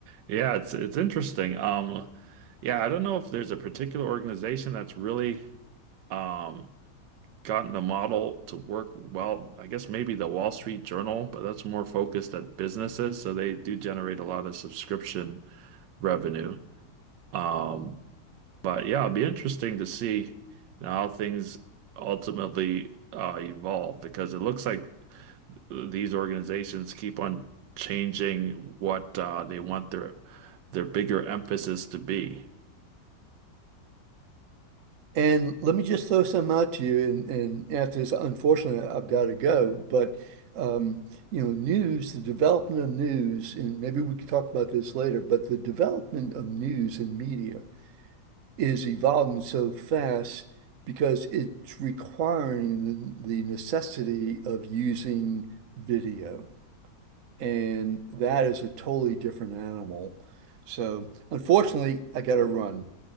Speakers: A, on the right; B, on the right.
A: Yeah, it's it's interesting. Um, yeah, I don't know if there's a particular organization that's really um gotten a model to work well. I guess maybe the Wall Street Journal, but that's more focused at businesses, so they do generate a lot of subscription revenue. Um, but yeah, it'll be interesting to see how things ultimately uh, evolve because it looks like these organizations keep on changing what uh, they want their their bigger emphasis to be.
B: And let me just throw some out to you. And, and after this, unfortunately, I've got to go. But, um, you know, news, the development of news, and maybe we can talk about this later, but the development of news and media is evolving so fast because it's requiring the, the necessity of using video. And that is a totally different animal. So, unfortunately, I got to run.